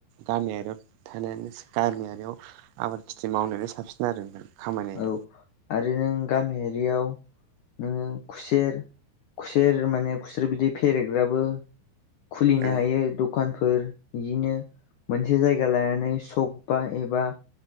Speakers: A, on the right; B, on the left.
A: गामियारियाव थानायानोस गामियारियाव आबाद खिथि मावनायानो साबसिन आरो नोंथां खामायनाया
B: औ आरो नों गामियारियाव नोङो खुसेर खुसेर माने खुसेर बिदि फेरेग्राबो खुलिनो
A: ओ
B: हायो। दखानफोर बिदिनो मोनसे जायगा लानानै सक बा एबा